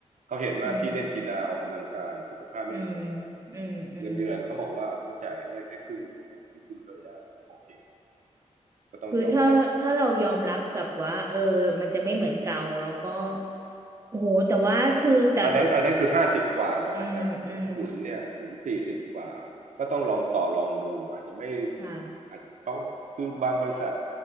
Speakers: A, on the right (about 80°); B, on the right (about 25°).
A: เขาเห็นว่าพี่เล่นกีฬาออกกำลังกายสุขภาพไม่มีปัญหา
B: อืมอืมอืมอืม
A: เงินเดือนเขาบอกว่าเขาจ่ายให้ได้แค่ครึ่งเดียวที่คุณเคยได้โอเคก็ต้องยอมรับ
B: คือถ้าถ้าเรายอมรับกับว่าเออมันจะไม่เหมือนเก่าแล้วก็โอ้โหแต่ว่าคือแต่
A: อันนั้นอันนั้นคือห้าสิบกว่านะแต่ของอุ่นเนี่ยอุ้นสี่สิบกว่าก็ต้องลองต่อรองดูอาจจะไม่
B: อืมอืมค่ะ
A: อาจเขาคือบางบริษัท